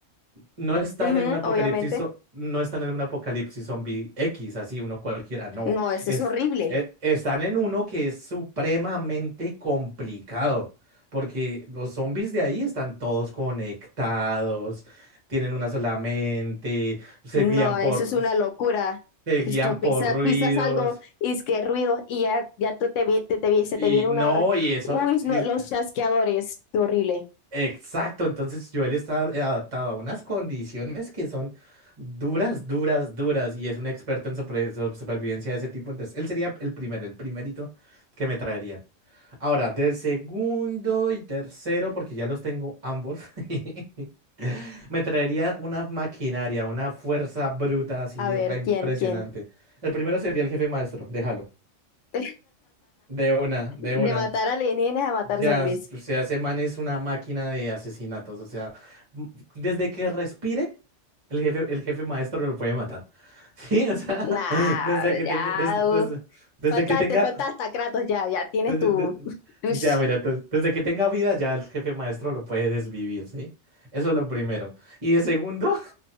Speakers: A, on the right; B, on the left.
A: No están
B: Ujú,
A: en un apocalipsis,
B: obviamente.
A: zo- no están en un apocalipsis zombie X, así uno cualquiera. No.
B: No, eso
A: Es,
B: es horrible.
A: e- están en uno que es supremamente complicado. Porque los zombies de ahí están todos conectados, tienen una sola mente, se
B: No,
A: guían
B: eso
A: por.
B: es una locura.
A: Se
B: Es
A: guían
B: Tú pisas,
A: por ruidos
B: pisas algo y es que ruido y ya, ya tú te, vi- te, te, vi- se
A: y
B: te viene
A: no,
B: una orden.
A: y eso,
B: Uy,
A: y-
B: no, los chasqueadores. Qué horrible.
A: exacto, entonces Joel está adaptado a unas condiciones que son duras, duras, duras, y es un experto en sobre- so- supervivencia de ese tipo, entonces él sería el primero, el primerito que me traería. Ahora, del segundo y tercero, porque ya los tengo ambos, <laughs> me traería una maquinaria, una fuerza bruta así
B: A ver,
A: re impresionante.
B: ¿quién, quién?
A: El primero sería el jefe maestro, déjalo,
B: <laughs>
A: de una, de
B: De
A: una.
B: matar alienígenas a matar
A: Ya,
B: zombies.
A: o sea, ese man es una máquina de asesinatos. O sea, m- desde que respire, el jefe, el jefe maestro lo puede matar. <laughs> Sí, o sea,
B: Nah,
A: <laughs> desde que
B: ya.
A: tenga, desde,
B: uh,
A: desde, desde
B: Falta,
A: que tenga,
B: te falta hasta Kratos, ya, ya tienes
A: desde,
B: tu.
A: de-
B: Ush.
A: ya, mira, entonces, desde que tenga vida, ya el jefe maestro lo puede desvivir, ¿sí? Eso es lo primero. Y de segundo,